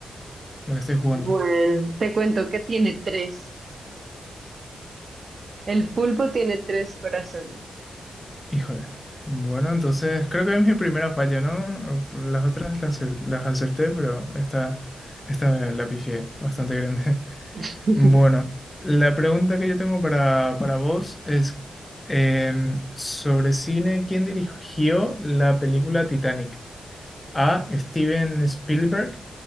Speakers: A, on the left; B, on the right.
A: Me la estoy jugando.
B: Bueno, te cuento que tiene tres. El pulpo tiene tres corazones.
A: Híjole. Bueno, entonces creo que es mi primera falla, ¿no? Por Las otras las, acer- las acerté, pero esta, esta la pifié bastante grande. <laughs>
B: <laughs>
A: Bueno, la pregunta que yo tengo para, para vos es em, sobre cine, ¿quién dirigió la película Titanic? A. Steven Spielberg.